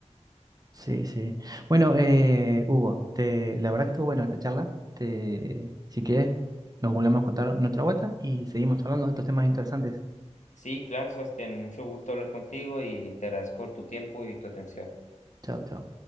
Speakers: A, on the right; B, on the left.
A: Sí, sí. Bueno, eh, Hugo, te, la verdad que estuvo bueno la charla. Te, si quieres, nos volvemos a contar en otra vuelta y seguimos hablando de estos temas interesantes.
B: Sí, claro, Sebastián, mucho gusto hablar contigo y te agradezco tu tiempo y tu atención.
A: Chao, chao.